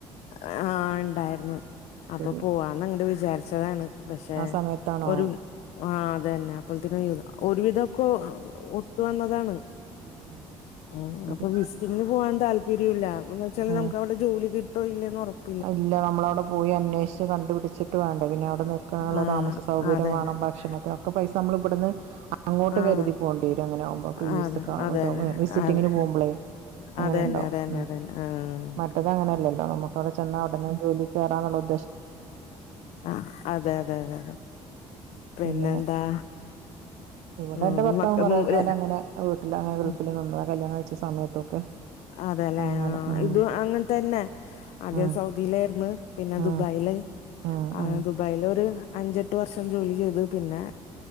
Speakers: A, on the left (about 70°); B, on the right (about 85°).
A: ആഹ ഇണ്ടാരുന്നു അപ്പൊ
B: ശരി
A: പോവാന്ന് അങ്ങട് വിചാരിച്ചതാണ് പക്ഷെ
B: ആ സമയത്താണോ
A: ഒരു ആ അത് തന്നെ അപ്പലത്തിനും ഒരുവിധൊക്കെ ഒത്തു വന്നതാണ്
B: ആ
A: ഉം
B: ആ ശരി
A: അപ്പൊ വിസിറ്റിങ്ങന് പോകൻ താല്പര്യം ഇല്ല എന്നു വെച്ചാ
B: ആ
A: നമക്ക് ജോലി കിട്ടോ ഇല്ലന്ന് ഉറപ്പ്
B: ഇല്ല നമ്മള അവിടെ പോയി അന്വേഷിച്ച് ഇല്ല നമ്മളു അവിടെ പോയി അന്വേഷിച്ച് കണ്ടുപിടിച്ചിട്ട് വേണ്ടേ പിന്നെ അവിടെ നൽക്കണുള്ള
A: ആഹ്
B: താമസ സൗകര്യം
A: അതന്നെ
B: വേണം ഭക്ഷണ ഒക്കെ പൈസ നമ്മൾ ഇവിടുന്ന് അങ്ങോട്ട്
A: ആഹ്
B: കരുതി പോകേണ്ടി വരും അങ്ങനാകുമ്പോ ഫ്രീ
A: അതെ
B: വിസക്ക്
A: അതന്നെ
B: കേട്ടോ വിസിറ്റിങ്ങിന്
A: അതെ
B: പോകുമ്പളേ അങ്ങനെ
A: അതന്നെ
B: ഉണ്ടാവും
A: അതന്നെ
B: ഉ
A: അതന്നെ ആഹ്
B: മറ്റത് അങ്ങനെയുണ്ടാവും ഉം മറ്റേത് അങ്ങനെയല്ലല്ലോ നമുക്ക് അവിടെ ചെന്നാൽ ഉടനെ ജോലിക്ക് കയറാ എന്നുള്ളത്
A: ആ അതെ അതെ അതെ പിന്നെന്താ
B: പിന്നെ ഇവിടെ
A: ഉം
B: എന്റെ ഭർത്താവും
A: മക്ക
B: കുറെേ
A: മു
B: കാലം
A: ര
B: അങ്ങനെ വീട്ടിൽ അങ്ങനെ
A: ഉം
B: ഗഫിൽനിന്നതാ കല്യാണം കഴിച സമയത്തൊക്കെ
A: അതെല്ലെ
B: അങ്ങനെ
A: ആ
B: ഉം
A: ഇതും അങ്ങനെ തന്നെ ആദ്യം
B: ഉം
A: സൗദിയിലാരുന്നു പിന്നെ
B: ഉം
A: ദുബായില്
B: ഉം
A: ആ
B: ഉം
A: ദുബായിലൊരു അഞ്ചെട്ട് വർഷം ജോലി ചെയ്തു പിന്നെ